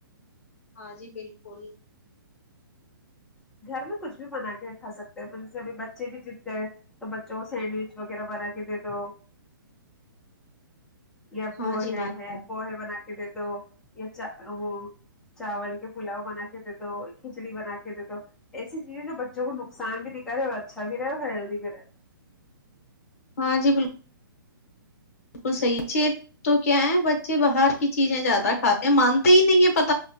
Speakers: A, on the left; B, in the centre.
A: ہاں جی بالکل
B: دھرم کچھ بھی بنا کے کھا ستے ہیں مطل ج بچے بھی جت گئے تو بچوں کو سینڈوچ وغیرہ بنا کے دے دو یا پوہے
A: ہاں جی ماشاء
B: ہے پوہے بنا کے دے دو یا وہ چاول کے پلاؤ بنا کے دے دو کھچڑی بنا کے دے دو ایسی چیزیں جو بچوں کو نقصان بھی دکھا رہے اور اچھا بھی رہے اور ہیلدی بھی رہے
A: ہاں جی بالکل بالکل صحیح چ تو کیا ہے بچے باہر کی چیزیں زیادہ کھاتے ہیں مانتے ہی نہیں ہے پت